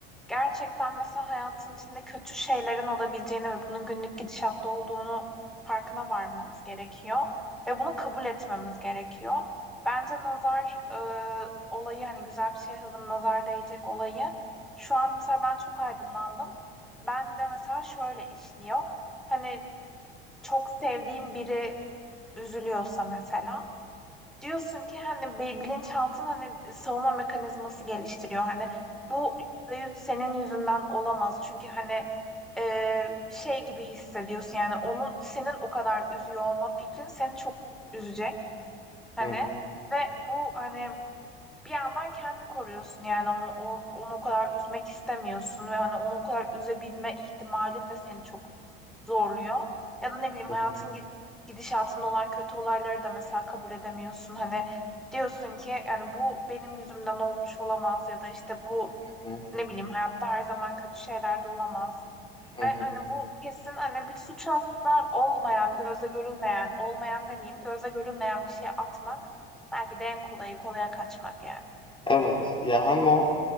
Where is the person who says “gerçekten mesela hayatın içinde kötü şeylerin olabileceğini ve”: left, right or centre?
Centre